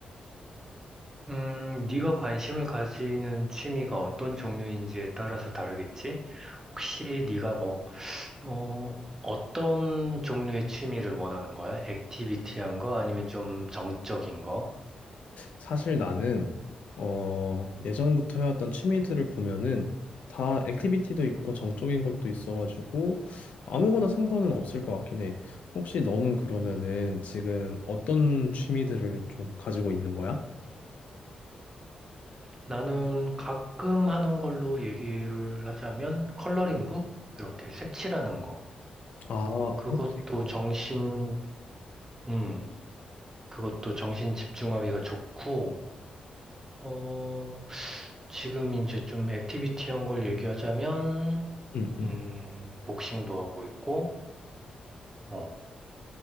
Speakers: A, on the right; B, on the left.
A: 음, 네가 관심을 가지는 취미가 어떤 종류인지에 따라서 다르겠지? 혹시 네가 뭐, 어, 어떤 종류의 취미를 원하는 거야? 액티비티한 거 아니면 좀 정적인 거?
B: 사실 나는 어 예전부터 해왔던 취미들을 보면은 다 액티비티도 있고 정적인 것도 있어가지고 아무거나 상관은 없을 것 같긴 해. 혹시 너는 그러면은 지금 어떤 취미들을 좀 가지고 있는 거야?
A: 나는 가끔 하는 걸로 얘기를 하자면 컬러링북? 이렇게 색칠하는 거.
B: 아
A: 그것도
B: 혹시 어,
A: 정신, 음, 그것도 정신 집중하기가 좋고, 어, 지금 이제 좀 액티비티한 걸 얘기하자면,
B: 음, 음,
A: 음, 복싱도 하고 있고, 어,